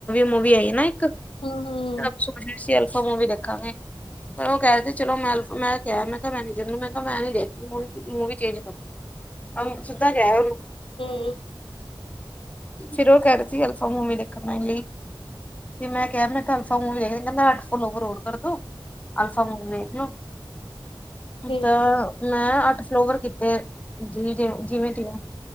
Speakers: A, on the left; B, on the left.
A: ਮੂਵੀ ਆਈ ਨਾ ਇੱਕ
B: ਹੂੰ ਹੂੰ
A: ਆਪ ਸੋਚ ਰਹੇ ਸੀ ਅਲਫਾ ਮੂਵੀ ਦੇਖਾਂਗੇ। ਪਰ ਉਹ ਕਹਿਦੇ ਚਲੋ ਮੈਂ ਮੈਂ ਕਿਹਾ ਮੈਂ ਕਿਹਾ ਮੈਨੇਜਰ ਨੂੰ ਮੈਂ ਕਿਹਾ ਮੈਂ ਨਿ ਦੇਖਨਿ ਮੂਵੀ, ਮੋਵੀਏ ਚੇਂਜ ਕਰੋ। ਹਮ ਸਿੱਧਾ ਕਹਿ ਉਹਨੂੰ।
B: ਹੂੰ
A: ਫੀਰ ਉਹ ਕਿ ਰਹੇ ਸੀ ਅਲਫਾ ਮੂਵਿ ਦੇਖਣ ਆਣ ਲਈ ਜੇ ਮੈਂ ਕਹਿ ਦਾ ਮੈ ਅਲਫਾ ਮੂਵ ਦੇੇਖ ਕਹਿੰਦਾ, ਅੱਠ ਫੁੱਲ ਓਵਰ ਹੋਰ ਕਰ ਦੋ ਅਲਫਾ ਮੂਵ ਵ ਵੇਖ ਲਓ
B: ਫਿਰ
A: ਤਾਂ ਮੈਂ ਅੱਠ ਫਲੋਵਰ ਕੀਤੇ। ਜੀ ਜਿਵੇਂ ਜਿਵੇਂ ਜਿਵੇਂ